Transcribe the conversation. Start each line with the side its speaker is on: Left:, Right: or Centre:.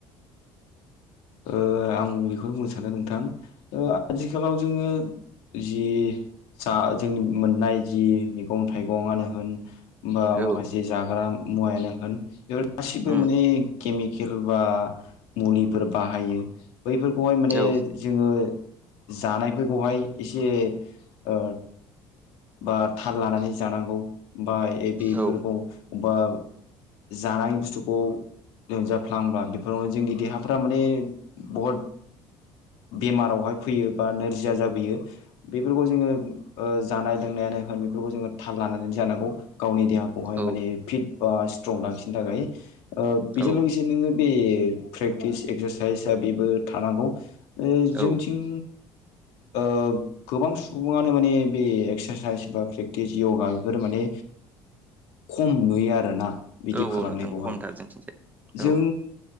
Left: ओ आं बेखौनो बुंनो सानो नोंथां आथिखालाव जोंङो जि जा जोंनि मोननाय जि मैगं थाइगंआनो होन बा
Right: औ
Left: माखासे जाग्रा मुवायानो होन बेफोर गासिबो
Right: उम
Left: माने केमिक केल बा मुलिफोर बाहायो बैफोरखौहाय माने
Right: औ
Left: जोंङो जानायफोरखौहाय एसे ओ बा थाल लानानै जानांगौ बा बेफोरखौ
Right: औ
Left: बबबा जानाय बुस्थुखौ लोमजाफ्लांबा बेफोराव जोंनि देहाफ्रा माने बहुद बेमारावहाय फैयो बा नोरजिया जाबोयो। बेफोरखौ जोंङो ओ जानाय लोंनायानो होन बेफोरखौ जोंङो थाल लानानै जानांगौ गावनि देहाखौहाय
Right: औ
Left: माने फिट बा स्ट्रं लाखिनो थाखाय बेजों
Right: औ
Left: ओ लोगोसे नोंङो बे प्रेक्टिस एक्सारसाइसआ बेबो थानांगौ ओ जोंथिं
Right: औ
Left: ओ गोबां सुबुंङानो माने बे एक्सारसाइस बा प्रेक्टिस य'गा बेफोर माने खम नुयो आरोना बिदि
Right: औ
Left: खालामनायखौहाय
Right: औ नोंथां खमथार जोंथिंजाय औ
Left: जों